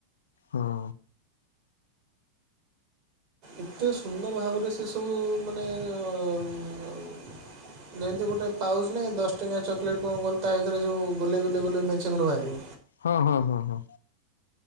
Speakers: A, on the left; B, on the right.
A: ହଁ।
B: ଏତେ ସୁନ୍ଦର ଭାବରେ ସେ ସବୁ ମାନେ ଅଁ ମ୍ ଯେମିତି ଗୋଟେ ପାଉଜ୍ ନାହିଁ ଦଶ୍ ଟଙ୍କିଆ ଚକଲେଟ୍ କଁ କୂଅନ୍ତି ତା ଭିତରେ ଯୋଉ ଗୋଲେଇ ଗୋଲେଇ ଗୋଲେଇ ମେଞ୍ଚେ ଖଣ୍ଡ ବାହାରିବ।
A: ହଁ ହଁ ହଁ ହଁ।